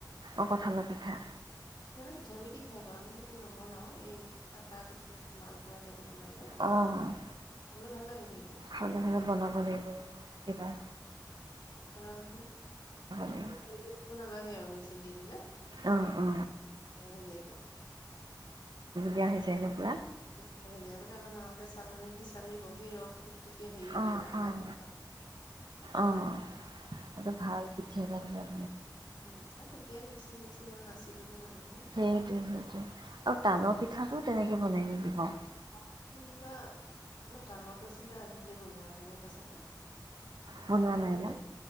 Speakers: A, on the right; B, on the left.
A: অ', কঁঠালৰ পিঠা
B: পিঠাগুড়ি দি খাই পা আমি সেইটো নবনাওঁ এই আটা দি পেলাই যিটো মালপুৰা টাইপত বনাই যে
A: অ'
B: খাবলৈ ভাল লাগে কিন্তু।
A: <unintelligible> বনাব লাগিব ৰব, কিবা।
B: উম বনাবাচোন।
A: লাগিব
B: <unintelligible> খালি কৰি থাকিব নালাগে। <unintelligible> মিক্সিত দি দিলে।
A: অ', অ'।
B: বেয়া হৈ যায় গৈ।
A: বেয়া হৈ যায় ন' পুৰা?
B: <unintelligible> যায়। আগতে আমাৰ মাহঁতে চালনী দি চালিব, সেই ৰসটোত তেতিয়া হেৰি
A: অঁ
B: দিয়ে আটা
A: অঁ
B: দি <unintelligible>
A: অঁ এইটো
B: উম
A: ভাল পৃথি এটা দিয়ক।
B: উম, আৰু তেতিয়া মিক্সি চিক্সি ইমান নাছিলো যে মানুহৰ
A: সেইটোৱে সেইটোৱে। আৰু তালৰ পিঠাটো তেনেকৈ বনায় নেকি বাৰু?
B: <unintelligible> কিবা, মই তালৰটো আচলতে আজিলৈ বনোৱা নাই গম পাইছানে।
A: বনোৱা
B: তালৰটো
A: নাই
B: বোলে,
A: ন